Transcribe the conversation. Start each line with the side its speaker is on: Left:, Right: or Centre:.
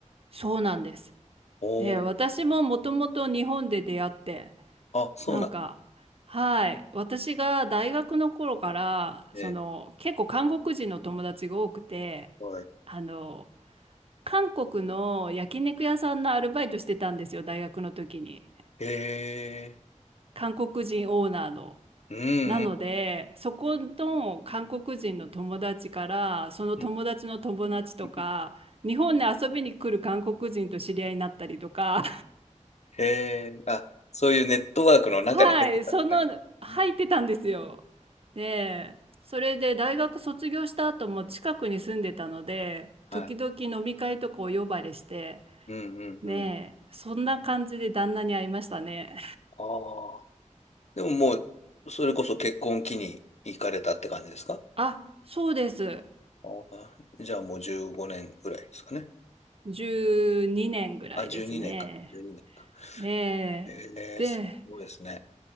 Right: そうなんです。
Left: おおー、
Right: で、私ももともと日本で出会って、
Left: あ、そうなんで
Right: なんか、はい、私が大学の頃から、
Left: すね。
Right: その、結構韓国人の友達が多くて、
Left: はい。
Right: あの、韓国の焼肉屋さんのアルバイトしてたんですよ、大学の時に。
Left: へえ。
Right: 韓国人オーナーの。
Left: うんうん
Right: なので、そこの韓国人の友達から、その友達の友達とか、
Left: うん。<laughs>
Right: 日本に遊びに来る韓国人と知り合いになったりとか、
Left: へえ。あ、そういうネットワークの中に入ってたんですね。
Right: はい、その入ってたんですよ。
Left: うん
Right: で、それで大学卒業した後も近くに住んでたので、
Left: はい。
Right: 時々飲み会とかお呼ばれして、
Left: うんうんうん。
Right: ねえ、そんな感じで旦那に会いましたね。
Left: ああ。でももう、それこそ結婚期に行かれたって感じですか
Right: <laughs> あ、そうです。
Left: あーじゃあもう15年ぐらいですかね。
Right: 12年ぐらいですね。
Left: あ、12年か。12年か。
Right: ねえ、
Left: えー、すごいですね。
Right: で、